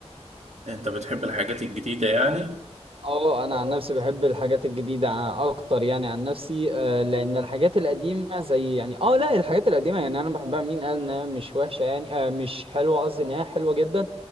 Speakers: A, on the right; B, on the right.
A: انت بتحب الحاجات الجديده يعني
B: اه انا عن نفسي بحب الحاجات الجديده ع- اكتر يعني عن نفسي آه، لان الحاجات القديمه زي يعني اه لا الحاجات القديمه يعني انا بحبها مين قال انها مش وحشه يعني آه مش حلوه قصدي انها حلوه جدا